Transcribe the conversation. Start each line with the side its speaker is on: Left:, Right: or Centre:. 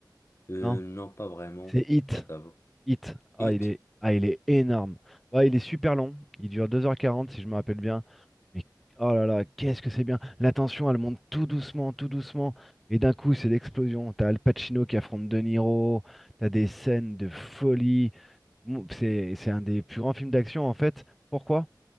Left: Euh,
Centre: Non?
Left: non, pas vraiment,
Centre: C'est Hit.
Left: je t'avoue.
Centre: Hit. Ah,
Left: Hit,
Centre: il est, ah, il est énorme. Ouais, il est super long. Il dure deux heures quarante si je me rappelle bien. Mais oh là là, qu'est-ce que c'est bien. La tension, elle monte tout doucement, tout doucement. Et d'un coup, c'est l'explosion. T'as Al Pacino qui affronte De Niro. T'as des scènes de folie. Bon, C'est, c'est un des plus grands films d'action en fait. Pourquoi?